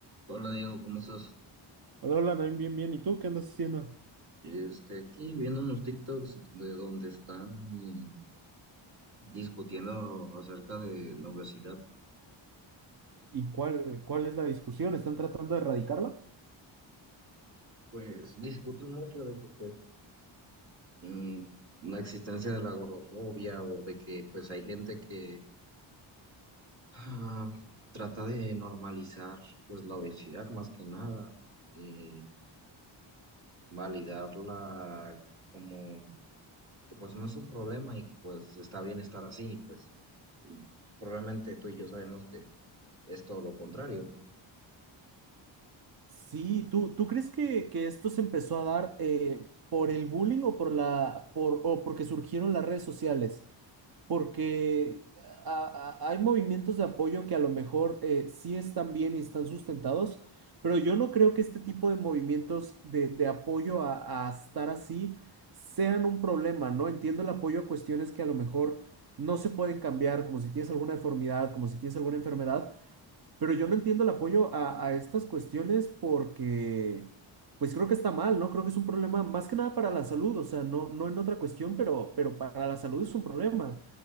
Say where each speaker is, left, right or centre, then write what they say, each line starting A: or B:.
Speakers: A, on the right (about 65°); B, on the right (about 50°).
A: Hola Diego, ¿cómo estás?
B: Hola, hola, Naim, bien, bien. ¿Y tú qué andas haciendo?
A: Este, aquí viendo unos TikToks de donde están discutiendo acerca de la obesidad,
B: ¿Y cuál, cuál es la discusión? ¿Están tratando de erradicarla?
A: pues discuten mucho de que pues mm, la existencia de la gordofobia o de que pues hay gente que ah, trata de normalizar pues la obesidad más que nada y validarla como que pues no es un problema y que pues está bien estar así, pues probablemente tú y yo sabemos que es todo lo contrario.
B: Sí, ¿tú, tú crees que, que esto se empezó a dar eh, por el bullying o por la, por, o porque surgieron las redes sociales? porque a- a- hay movimientos de apoyo que a lo mejor eh, sí están bien y están sustentados, pero yo no creo que este tipo de movimientos de, de apoyo a, a estar así sean un problema, ¿no? Entiendo el apoyo a cuestiones que a lo mejor no se pueden cambiar, como si tienes alguna deformidad, como si tienes alguna enfermedad, pero yo no entiendo el apoyo a, a estas cuestiones porque, pues creo que está mal, ¿no? Creo que es un problema más que nada para la salud, o sea, no, no en otra cuestión, pero, pero para la salud es un problema.